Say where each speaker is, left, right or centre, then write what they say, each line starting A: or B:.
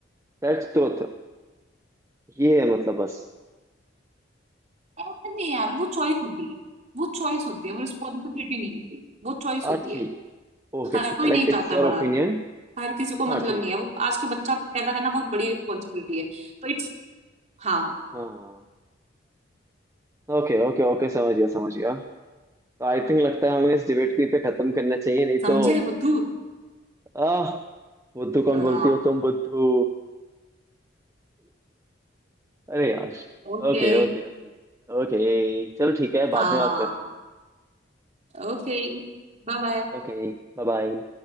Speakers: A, on the right; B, on the right.
A: That's truth ये है मतलब बस
B: ऐसा नहीं है यार वो चॉइस होती है वो चॉइस होती है वो रिस्पॉन्सिबिलिटी नहीं होती वो चॉइस
A: हाँ
B: होती
A: ठीक
B: है
A: ओके
B: हर
A: ठीक
B: कोई
A: है लाइक
B: नहीं
A: इट्स
B: चाहता
A: योर
B: बढ़ाना
A: ओपिनियन
B: हर किसी को मतलब
A: हाँ ठीक
B: नहीं
A: है
B: है वो
A: ठीक
B: आजकल
A: है
B: बच्चा पैदा करना बहुत बड़ी रिस्पॉन्सिबिलिटी है तो इट्स हाँ
A: हाँ ओके ओके ओके समझ गया समझ गया आई थिंक लगता है हमें इस डिबेट को यहीं पे खत्म करना चाहिए नहीं
B: समझे
A: तो
B: बुद्धू
A: आह बुद्धू कौन
B: हाँ
A: बोलती हो तुम बुद्धू अरे यार
B: ओके
A: ओके Okay okay okay चलो ठीक है बाद
B: हाँ
A: में बात करते हैं
B: ओके Bye bye
A: Okay bye bye